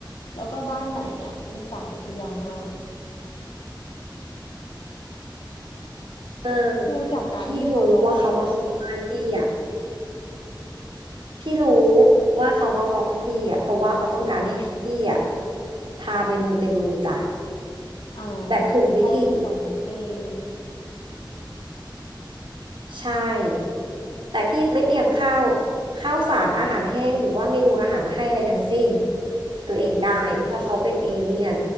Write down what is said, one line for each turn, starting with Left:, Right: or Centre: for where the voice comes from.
Left: แล้วก็บ้านไหนอ่ะเป็นสายพญานาค
Right: เออ
Left: ดูจากการที่เขาร้องเพลงกับพี่
Right: พี่รู้ว่าเขามาขอบ้านพี่อ่ะ พี่รู้ว่าเขามาค้อนพี่อ่ะเพราะว่าเขาต้องการให้พี่อ่ะพาไปมูเตลูจ้ะ
Left: อ่า
Right: แบบถูกวิธี
Left: เพราะเหตุผลนั้นเอง
Right: ใช่แต่พี่ไม่เตรียมข้าวข้าวสารอาหารแห้งหรือว่าเมนูอาหารให้อะไรทั้งสิ้นตัวเองได้เพราะเขาเป็นเอเลี่ยน